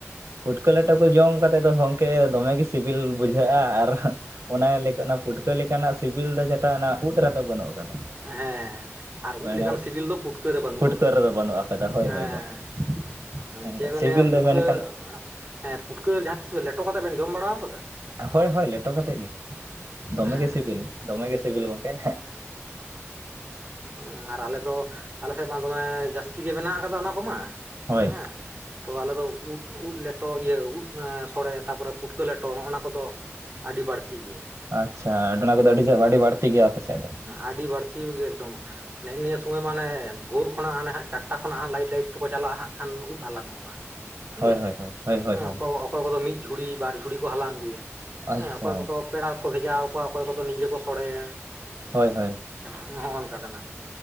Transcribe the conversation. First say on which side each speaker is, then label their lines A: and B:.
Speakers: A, on the right (about 80°); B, on the right (about 25°).
A: ᱯᱷᱩᱴᱠᱟᱹ ᱞᱮᱴᱚ ᱠᱚ ᱡᱚᱢ ᱠᱟᱛᱮᱫ ᱫᱚ ᱜᱚᱢᱠᱮ ᱫᱚᱢᱮᱜ ᱜᱮ ᱥᱤᱵᱤᱞ ᱵᱩᱡᱷᱟᱹᱜᱼᱟ ᱟᱨ ᱚᱱᱟ ᱞᱮᱠᱟ ᱚᱱᱟ ᱯᱩᱴᱠᱟᱹ ᱞᱮᱠᱟᱱᱟᱜ ᱥᱤᱵᱤᱞ ᱫᱚ ᱡᱮᱴᱟ ᱚᱱᱟ ᱳᱫ ᱨᱮ ᱫᱚ ᱵᱟᱹᱱᱩᱜ ᱟᱠᱟᱫᱟ
B: ᱦᱮᱸ
A: ᱾
B: ᱟᱨ
A: <unintelligible>
B: ᱩᱫ ᱞᱮᱠᱟᱱ ᱥᱤᱵᱤᱞ ᱫᱚ ᱯᱩᱴᱠᱟᱹ ᱨᱮ ᱵᱟᱹᱱᱩᱜ
A: ᱯᱷᱩᱴᱠᱟᱹ
B: ᱟᱠᱟᱫᱟ
A: ᱨᱮᱫᱚ ᱵᱟᱹᱱᱩᱜ ᱟᱠᱟᱫᱟ ᱦᱳᱭ
B: ᱦᱮᱸ
A: ᱦᱳᱭ ᱜᱚᱝᱠᱮ ᱾ ᱦᱮᱸ
B: ᱪᱮᱫ ᱵᱮᱱ
A: <inaudible>
B: ᱞᱟᱹᱭᱟ ᱯᱩᱴᱠᱟᱹ
A: ᱢᱮᱱᱠᱷᱟᱱ
B: ᱦᱮᱸ ᱯᱩᱴᱠᱟᱹ ᱡᱟᱦᱟᱸ ᱛᱤᱥ ᱞᱮᱴᱚ ᱠᱟᱛᱮ ᱵᱮᱱ ᱡᱚᱢ ᱵᱟᱲᱟᱣ ᱠᱟᱫᱟ ᱾
A: ᱦᱳᱭ ᱦᱳᱭ ᱞᱮᱴᱚ ᱠᱟᱛᱮᱫ ᱜᱮ ᱫᱚᱢᱮ
B: ᱦᱮᱸ
A: ᱜᱮ ᱥᱤᱵᱤᱞ ᱫᱚᱢᱮ ᱜᱮ ᱥᱤᱵᱤᱞ ᱜᱚᱢᱠᱮ ᱦᱮᱸ ᱾
B: ᱦᱮᱸ ᱟᱨ ᱟᱞᱮ ᱫᱚ ᱟᱞᱮ ᱥᱮᱫ ᱢᱟ ᱫᱚᱢᱮ ᱡᱟᱹᱥᱛᱤ ᱜᱮ ᱢᱮᱱᱟᱜ ᱠᱟᱫᱟ ᱚᱱᱟ ᱠᱚᱢᱟ
A: ᱦᱳᱭ
B: ᱦᱮᱸ ᱛᱚ ᱟᱞᱮ ᱫᱚ ᱳᱫ ᱳᱫ ᱞᱮᱴᱚ ᱤᱭᱟᱹ ᱳᱫ ᱥᱲᱮ ᱛᱟᱨᱯᱚᱨᱮ ᱯᱩᱴᱠᱟᱹ ᱞᱮᱴᱚ ᱱᱚᱜᱼᱚ ᱱᱚᱣᱟ ᱠᱚ ᱫᱚ ᱟᱹᱰᱤ ᱵᱟᱹᱲᱛᱤ ᱜᱮ ᱾
A: ᱟᱪᱪᱷᱟ ᱚᱱᱟ ᱠᱚ ᱫᱚ ᱟᱹᱰᱤ ᱟᱹᱰᱤ ᱵᱟᱹᱲᱛᱤ ᱜᱮᱭᱟ ᱟᱯᱮ ᱥᱮᱫ ᱫᱚ?
B: ᱟᱹᱰᱤᱰᱤ ᱵᱟᱹᱲᱛᱤ ᱜᱮ ᱮᱠᱫᱚᱢ ᱾ ᱱᱮᱜᱮ ᱱᱤᱭᱟᱹ ᱥᱚᱢᱳᱭ ᱢᱟᱱᱮ ᱵᱷᱳᱨ ᱠᱷᱚᱱᱟᱜ ᱦᱟᱸᱜ ᱪᱟᱴᱴᱟ ᱠᱷᱚᱱᱟᱜ ᱦᱟᱸ ᱞᱟᱭᱤᱴ ᱞᱟᱭᱴᱤ ᱛᱮᱠᱚ ᱪᱟᱞᱟᱜᱼᱟ ᱱᱟᱜ ᱠᱷᱟᱱ ᱳᱫ ᱦᱟᱞᱟᱝ ᱢᱟ ᱴᱷᱤᱠ
A: ᱦᱳᱭ
B: ᱟᱪᱪᱷᱮ
A: ᱦᱳᱭ ᱦᱳᱭ ᱦᱳᱭ ᱦᱳᱭ
B: ᱦᱮᱸ
A: ᱦᱳᱭ
B: ᱚᱠᱚ ᱚᱠᱚᱭ ᱠᱚ ᱫᱚ ᱢᱤᱫ ᱡᱷᱩᱲᱤ ᱵᱟᱨ ᱡᱷᱩᱲᱤ ᱠᱚ ᱦᱟᱞᱟᱝ ᱟᱹᱜᱩᱭᱟ
A: ᱟᱪᱪᱷᱟ
B: ᱦᱮᱸ ᱚᱠᱚᱭ ᱠᱚᱫᱚ ᱯᱮᱲᱟ ᱠᱚᱠᱚ ᱵᱷᱮᱡᱟ ᱟᱠᱚᱣᱟ ᱚᱠᱚᱭ ᱠᱚᱫᱚ ᱱᱤᱡᱮ ᱠᱚ ᱥᱚᱲᱮᱭᱟ ᱾
A: ᱦᱳᱭ ᱦᱳᱭ ᱾
B: ᱱᱚᱜᱼᱚᱭ ᱱᱚᱝᱠᱟ ᱠᱟᱱᱟ